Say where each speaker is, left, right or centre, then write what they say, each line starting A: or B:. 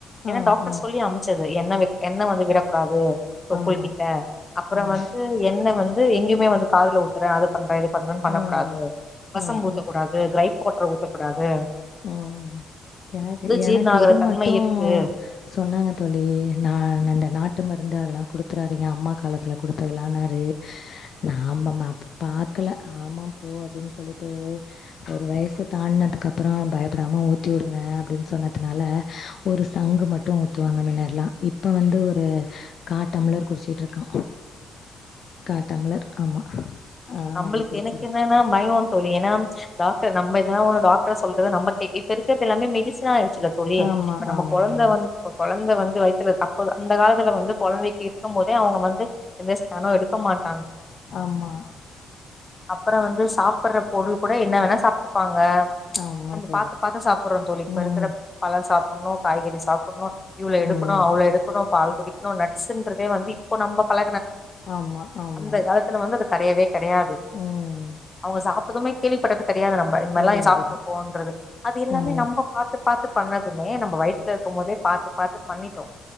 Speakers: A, on the left; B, on the left.
A: ஏன்னா
B: ஆ
A: டாக்டர்
B: ஆ
A: சொல்லி அம்ச்சது என்ன என்ன வந்து விடம் அப்பவே தொப்புள்
B: ஆமா
A: கிட்ட அப்புற
B: ஆமா
A: வந்து எண்ணெ வந் எங்குமே வந்து காதுல ஊத்துறே அத பண்ற இதுக் வந்து <unintelligible> பண்ணக்கூடாது
B: ம்
A: வசபூத்தக்கூடாது
B: ம்
A: கிரைப் <unintelligible> ஊத்தப்பிடாது
B: உஹம் எனக்கு
A: ஜீர்ண
B: எனக்கு
A: ஆகுற
B: இது
A: தன்மை
B: மட்டு
A: இருக்கு
B: சொன்னாங்க தோழி நா அந்த நாட் ட்டு மருந்து அதெல்லா குடுத்துராதீங்க அம்மா காலத்துல குடுத்ததால்லானாரு ந ம ம அப் பாக்கல ஆமா போ அப்டின்னு சொல்லிட்டு ஒரு வயசு தாண்டினதுக்கு அப்புற அப்றோ பயப்டாம ஊத்தி வுடுங்க அப்டினு சொன்னதுனால ஒரு சங்கு மட்டு ஊத்துவாங்க மின்னடிலா இப்ப வந்து ஒரு காட்டம்லர் குடிச் சீட்டு இருக்கா கா டம்ளர் ஆமா ஆ
A: நம்மளுக்கு
B: அப்டி குடுத்தாரு
A: எனக்கு என்னன்னா பயம்னு தோழி ஏன்னா டாக்டர் நம்ம எதா ஒரு டாக் சொல்றது நமக் கே இப்ப இருக்கிறது எல்லாமே மெடிசனா இரு <unintelligible> தோழி
B: ஆமா
A: நம்ம
B: ஆமா
A: கொழந்தை
B: ஆமா
A: வந் கொழந்தை வந் வைத்துள்ளது அப்போது அந்த காலத் இதுல வந்து கொழந்தைக்கு இருக்கும்போதே அவங் வந்த து எந்த ஸ்கேனு எடுக்க மாட்
B: ஆமா
A: அப்புற வந்து சாப்பிடுற பொருள் கூட என்ன வேணா சாப்டுப்பாங்க
B: ஆமா
A: நம்ம
B: தோழி
A: பாத்து பாத்து சாப்புட்ரோ தோழி இப்ப
B: ம்
A: இருக்கிற
B: ம்.
A: பழம் சாப் உன்னு காய்கறி சாப்பிட்ணு இவ்ளோ
B: ம்
A: எடுக்கணு
B: ம்
A: அவ்ளோ எடுக்கணு பால் குடிக்னோ நட்ஸ்ன்றதே வந்து இப்போ நம்ம பல
B: ஆமா ஆமா
A: அந்த காலத்துல வந்த அது கடையவே கிடையாது
B: ம்
A: அவங்க சாப் அதுமே கேள்வி படறது கெடயாது நம்ம இந்
B: கெடையாதுதா
A: மாரி எல்லா சாப்பிடறப்போங்கறது அது இல்லாம
B: ம்
A: நம்ம பாத்து பாத்து பண்ணதுமே நம்ம வயித்துல இருக்கும் போதே பாத்து பாத்து பண்ணிட்டோ